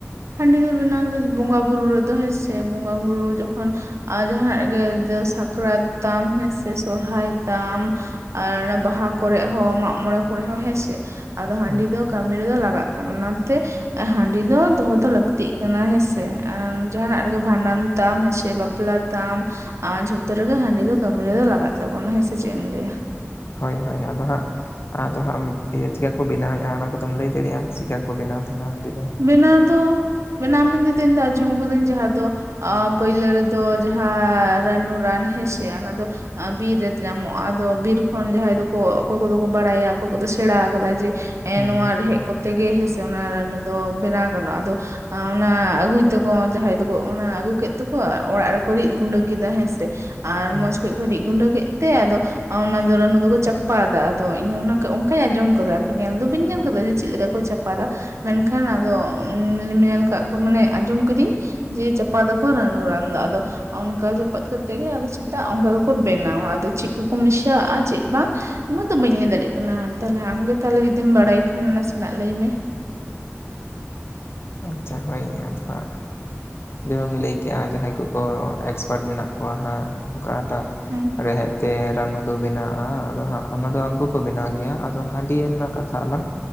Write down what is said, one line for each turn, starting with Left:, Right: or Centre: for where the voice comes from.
Right: ᱦᱟᱺᱰᱤ ᱫᱚ ᱵᱮᱱᱟᱣ ᱫᱚ ᱵᱚᱸᱜᱟ ᱵᱩᱨᱩ ᱨᱮ ᱫᱚ ᱦᱮᱸ ᱥᱮ ᱵᱚᱸᱜᱟ ᱵᱩᱨᱩ ᱡᱚᱠᱷᱚᱱ ᱟᱨ ᱡᱟᱦᱟᱸᱟᱱᱟᱜ ᱜᱮ ᱥᱟᱠᱨᱟᱛ ᱛᱟᱢ ᱦᱮᱸᱥᱮ ᱥᱚᱨᱦᱟᱭ ᱛᱟᱢ ᱟᱨ ᱵᱟᱦᱟ ᱠᱚᱨᱮᱜ ᱦᱚᱸ ᱢᱟᱜ ᱢᱚᱬᱮ ᱠᱚᱨᱮ ᱦᱚᱸ ᱦᱮᱸᱥᱮ ᱟᱫᱚ ᱦᱟᱺᱰᱤ
Left: ᱦᱮᱸ
Right: ᱫᱚ ᱠᱟᱹᱢᱤ ᱨᱮᱫᱚ ᱞᱟᱜᱟᱜ ᱠᱟᱱᱟ ᱚᱱᱟᱛᱮ ᱦᱟᱺᱰᱤ ᱫᱚ ᱫᱚᱦᱚ ᱞᱟᱹᱠᱛᱤᱜ ᱠᱟᱱᱟ ᱦᱮᱸᱥᱮ ᱟᱨ ᱡᱟᱦᱟᱱᱟᱜ ᱨᱮᱜᱮ ᱵᱷᱟᱸᱰᱟᱱ ᱛᱟᱢ ᱦᱮᱸᱥᱮ ᱵᱟᱯᱞᱟ ᱛᱟᱢ ᱟᱨ ᱡᱷᱚᱛᱚ ᱨᱮᱜᱮ ᱦᱟᱺᱰᱤ ᱫᱚ ᱠᱟᱹᱢᱤ ᱨᱮᱫᱚ ᱞᱟᱜᱟᱜ ᱛᱟᱵᱚᱱᱟ ᱦᱮᱸᱥᱮ ᱪᱮᱫ ᱮᱢ ᱞᱟᱹᱭᱟ
Left: ᱦᱳᱭ ᱦᱳᱭ ᱟᱫᱚ ᱦᱟᱸᱜ ᱟᱫᱚ ᱦᱟᱸᱜ ᱤᱭᱟᱹ ᱪᱤᱠᱟᱹ ᱠᱚ ᱵᱮᱱᱟᱣᱮᱫᱼᱟ ᱚᱱᱟ ᱠᱚᱫᱚᱢ ᱞᱟᱹᱭ ᱫᱟᱲᱮᱭᱟᱜᱼᱟ ᱪᱤᱠᱟᱹ ᱠᱚ ᱵᱮᱱᱟᱣ ᱛᱟᱦᱮᱱᱟ ᱦᱟᱺᱰᱤ ᱫᱚ
Right: ᱵᱮᱱᱟᱣ ᱫᱚ ᱵᱮᱱᱟᱢ ᱢᱮ ᱛᱮᱫ ᱟᱸᱡᱚᱢ ᱠᱟᱫᱟᱹᱧ ᱡᱟᱦᱟᱸ ᱫᱚ ᱚᱻ ᱯᱳᱭᱞᱳ ᱨᱮᱫᱚ ᱡᱟᱦᱟᱸ ᱨᱟᱱᱩ ᱨᱟᱱ ᱦᱮᱸᱥᱮ ᱚᱱᱟ ᱫᱚ ᱵᱤᱨ ᱨᱮ ᱧᱟᱢᱚᱜᱼᱟ ᱟᱫᱚ ᱵᱤᱨ ᱠᱷᱚᱱ ᱡᱟᱦᱟᱸᱭ ᱫᱚᱠᱚ ᱚᱠᱚᱭ ᱠᱚᱫᱚ ᱠᱚ ᱵᱟᱲᱟᱭᱟ ᱚᱠᱚᱭ ᱠᱚᱫᱚ ᱥᱮᱬᱟ ᱟᱠᱟᱫᱟ ᱡᱮ
Left: ᱦᱮᱸ
Right: ᱱᱚᱣᱟ ᱨᱮᱦᱮᱫ ᱠᱚᱛᱮ ᱜᱮ ᱦᱮᱸᱥᱮ ᱚᱱᱟ ᱨᱟᱱᱩ ᱫᱚ ᱵᱮᱱᱟᱣ ᱜᱟᱱᱚᱜᱼᱟ ᱟᱫᱚ ᱚᱱᱟ ᱟᱹᱜᱩᱭ ᱛᱟᱠᱚ ᱡᱟᱦᱟᱸᱭ ᱫᱚᱠᱚ ᱚᱱᱟ ᱟᱹᱜᱩ ᱠᱮᱫ ᱛᱟᱠᱚ ᱚᱲᱟᱜ ᱨᱮᱠᱚ ᱨᱤᱫ ᱜᱩᱸᱰᱟᱹ ᱠᱮᱫᱟ ᱦᱮᱸᱥᱮ᱾ ᱟᱨ
Left: ᱦᱮᱸ
Right: ᱢᱚᱸᱡᱽ ᱠᱚᱡ ᱠᱚ ᱨᱤᱫ ᱜᱩᱸᱰᱟᱹ ᱠᱮᱫ ᱛᱮ ᱟᱫᱚ ᱚ ᱻᱱᱟ ᱫᱚ ᱨᱟᱱᱩ ᱫᱚᱠᱚ ᱪᱟᱯᱟᱫᱟ ᱟᱫᱚ ᱤᱧ ᱚᱱᱠᱟᱧ ᱟᱸᱡᱚᱢ ᱠᱟᱫᱟ ᱟᱨᱠᱤ ᱧᱮᱞ ᱫᱚ ᱵᱟᱹᱧ ᱧᱮᱞ ᱟᱠᱟᱫᱟ ᱡᱮ ᱪᱮᱫ ᱞᱮᱠᱟ ᱠᱚ ᱪᱟᱯᱟᱫᱟ᱾ ᱢᱮᱱᱠᱷᱟᱱ ᱟᱫᱚᱻ ᱧᱮᱞ ᱠᱟᱜ ᱠᱚ ᱢᱟᱱᱮ ᱟᱸᱡᱚᱢ ᱠᱤᱫᱟᱹᱧ ᱡᱮ ᱪᱟᱯᱟᱫᱚ ᱠᱚ ᱨᱟᱱᱩ ᱨᱟᱱ ᱫᱚ ᱟᱫᱚ ᱚᱱᱠᱟ ᱡᱟᱹᱯᱩᱫ ᱠᱟᱛᱮᱫ ᱜᱮ ᱥᱮᱛᱟᱜ ᱚᱱᱠᱟ ᱜᱮᱠᱚ ᱵᱮᱱᱟᱣᱟ ᱟᱫᱚ ᱪᱮᱫ ᱠᱚᱠᱚ ᱢᱮᱥᱟᱣᱟᱜᱼᱟ ᱪᱮᱫ ᱵᱟᱝ ᱱᱚᱣᱟ ᱫᱚ ᱵᱟᱹᱧ ᱞᱟᱹᱭ ᱫᱟᱲᱮᱭᱟᱜ ᱠᱟᱱᱟ ᱛᱟᱦᱚᱞᱮ ᱟᱢᱜᱮ ᱛᱟᱦᱚᱞᱮ ᱡᱩᱫᱤᱢ ᱵᱟᱲᱟᱭ ᱠᱷᱟᱱ ᱱᱟᱥᱮᱱᱟᱜ ᱞᱟᱹᱭ ᱢᱮ
Left: ᱟᱪᱪᱷᱟ ᱦᱳᱭᱧ ᱟᱫᱚ ᱡᱮᱢᱮᱢ ᱞᱟᱹᱭ ᱠᱮᱫᱮᱜᱼᱟ ᱡᱟᱦᱟᱸᱭ ᱠᱚᱠᱚ ᱮᱠᱥᱯᱟᱨᱴ ᱢᱮᱱᱟᱜ ᱠᱚᱣᱟ ᱦᱟᱸᱜ ᱚᱠᱟᱴᱟᱜ
Right: ᱦᱩᱸ
Left: ᱨᱮᱦᱮᱫ ᱛᱮ ᱨᱟᱱᱩ ᱫᱚ ᱵᱮᱱᱟᱜᱼᱟ ᱟᱫᱚ ᱦᱟᱸᱜ ᱚᱱᱟ ᱫᱚ ᱦᱟᱜᱠᱩ ᱠᱚ ᱵᱮᱱᱟᱣ ᱜᱮᱭᱟ ᱟᱫᱚ ᱦᱟᱺᱰᱤ ᱨᱮᱱᱟᱜ ᱠᱟᱛᱷᱟ ᱟᱞᱟᱝ